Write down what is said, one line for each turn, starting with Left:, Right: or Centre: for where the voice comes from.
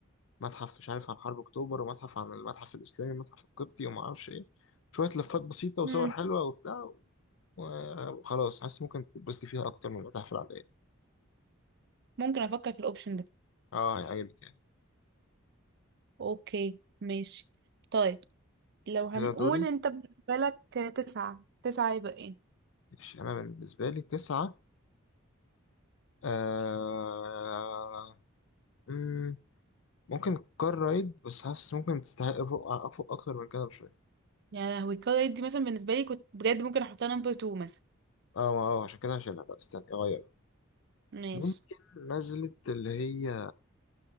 Left: متحف مش عارف عن حرب أكتوبر ومتحف عن المتحف الإسلامي ومتحف القبطي وما أعرفش إيه شوية لفات بسيطة وصور
Right: امم
Left: حلوة وبتاع وخلاص حاسس ممكن تتبسطي فيها أكتر من المتاحف العادية
Right: ممكن افكر في الاوبشن ده
Left: اه هيعجبك يعني
Right: اوكي ماشي طيب لو هنقول
Left: كده دوري
Right: انت بالنسبة لك تسعة تسعة يبقى ايه
Left: ماشي أنا بالنسبة لي تسعة آه مم، ممكن كار رايد بس حاسس ممكن تستحق فوق أفوق أكتر من كده بشوية
Right: يا لهوي القراية دي مثلا بالنسبه لي كنت بجد ممكن احطها نمبر 2 مثلا
Left: اه ما- اه عشان كده هشيلها لا استنى أغيرها
Right: ماشي
Left: ممكن نزلت اللي هي